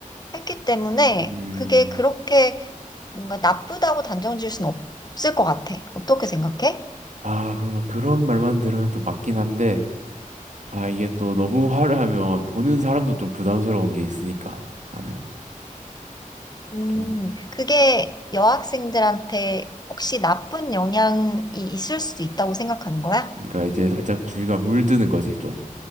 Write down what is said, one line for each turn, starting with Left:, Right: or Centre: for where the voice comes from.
Left: 했기 때문에
Right: 음.
Left: 그게 그렇게 뭔가 나쁘다고 단정 지을 순 없을 것 같아. 어떻게 생각해?
Right: 아, 그런가. 그런 말만 들으면 또 맞긴 한데, 아, 이게 또 너무 화를 하면 보는 사람도 좀 부담스러운 게 있으니까, 나는.
Left: 음,
Right: 좀,
Left: 그게 여학생들한테 혹시 나쁜 영향이 있을 수도 있다고 생각하는 거야?
Right: 그러니까 이제 살짝 주위가 물드는 거지, 좀.